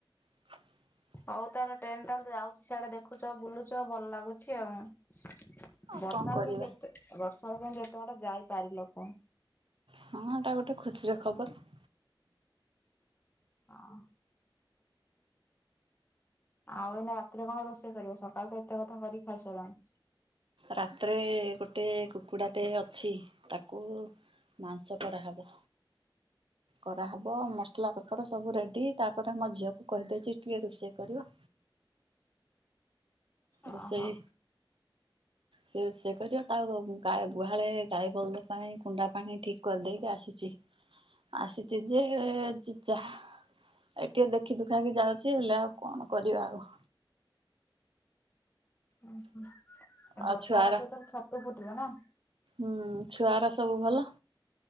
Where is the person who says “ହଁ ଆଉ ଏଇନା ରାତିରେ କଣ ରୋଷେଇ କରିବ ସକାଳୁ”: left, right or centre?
Left